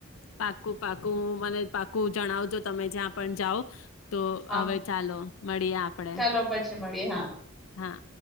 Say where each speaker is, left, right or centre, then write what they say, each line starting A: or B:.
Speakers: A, on the left; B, in the centre.
A: પાકું પાકું મને પાકું જણાવજો તમે જ્યાં પણ જાઓ. તો
B: હા
A: હવે
B: હા
A: ચાલો મળીએ આપડે
B: ચાલો પછી મળીએ હા.
A: હા.